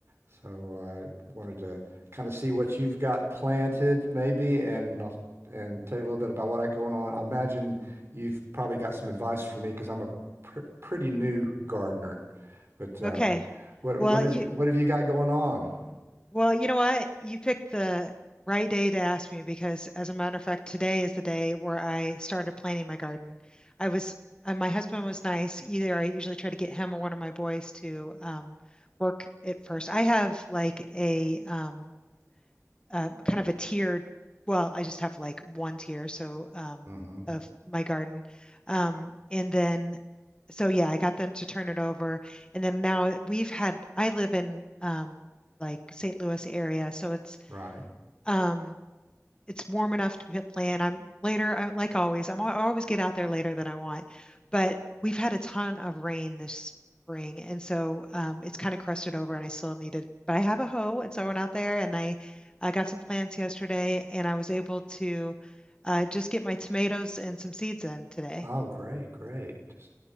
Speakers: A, on the right (about 50°); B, on the left (about 15°).
A: So I wanted to kind of see what you've got planted, maybe, and I'll- and tell you a little bit about what I got going on. I imagine you've probably got some advice for me because I'm a pr pretty new gardener, but uh,
B: Okay.
A: what
B: Well,
A: what have
B: you
A: you what have you got going on?
B: well, you know what? You picked the right day to ask me because as a matter of fact, today is the day where I started planting my garden. I was uh, my husband was nice. Either I usually try to get him or one of my boys to um, work it first. I have like a um, um, kind of a tiered, well, I just have like one tier, so um,
A: hmm
B: of my garden. Um, and then, so yeah, I got them to turn it over. And then now we've had, I live in um, like St. Louis area, so it's
A: Right.
B: um, it's warm enough to p- play in. I'm later, I, like always, I'm, I always get out there later than I want. But we've had a ton of rain this spring, and so um, it's kind of crusted over, and I still needed. But I have a hoe, and so I went out there and I, I got some plants yesterday, and I was able to uh, just get my tomatoes and some seeds in today.
A: Oh, great, great. Just